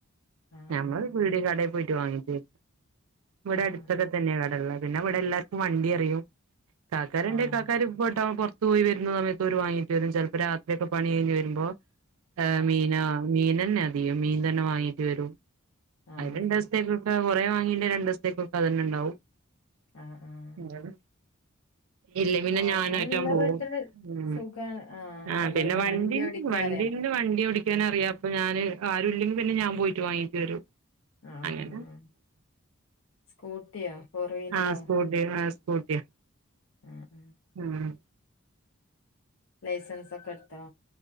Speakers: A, on the left; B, on the right.
A: ആഹ്
B: ഞമ്മള് പീടിയേ കടേ പോയിട്ട് വാങ്ങിട്ട് ഇവിടെ
A: ആഹ് ആഹ്
B: അടുത്തൊക്കെ
A: ആഹ്
B: തന്നെയ കടകള്. പിന്നെവിടെ എല്ലാർക്കും വണ്ടി അറിയും കാക്കാരുണ്ടേ
A: ആഹ്
B: കാക്കാർ പോയി വരുന്ന സമയത്ത് ഓരു വാങ്ങിട്ടു വരും ചെലപ്പോ രാത്രിയൊക്കെ പണി കഴിഞ്ഞെരുമ്പോ ഏ
A: ആഹ്
B: മീന
A: ആഹ്
B: മീനന്നെ അധികം മീൻ തന്നെ വാങ്ങീട്ട് വരും.
A: ആഹ്
B: അത് രണ്ട്
A: ശരി
B: ദിവസത്തേക്കൊക്കെ കുറെ വാങ്ങീണ്ടെ രണ്ടുസത്തേക്കൊക്കെ അതന്നെണ്ടാവും.
A: ആഹ് ആഹ്
B: എന്താണ്? ഇല്ല പിന്നെ
A: ആണുങ്ങളുള്ള
B: ഞാനേറ്റാ പോവും
A: വീട്ടില്
B: മ്
A: സുഖാണ് ആഹ്
B: ആ
A: അല്ലേ
B: പിന്നെ വണ്ടീം
A: വണ്ടി ഓടിക്കാൻ
B: വണ്ടില്
A: അറിയണം
B: വണ്ടി ഓടിക്കാൻ
A: ഉം
B: അറിയാം അപ്പ ഞാന് ആരും ഇല്ലെങ്കി പിന്നെ ഞാൻ പോയിട്ട് വാങ്ങിട്ട് വരും
A: ആ
B: അങ്ങനെ
A: ആ ആ സ്കൂട്ടിയോ ഫോർ വീലറോ
B: ആ സ്കൂട്ടി ആ സ്കൂട്ടിയ
A: ആഹ് ആഹ്
B: മ്
A: ലൈസൻസോക്കെടുത്തോ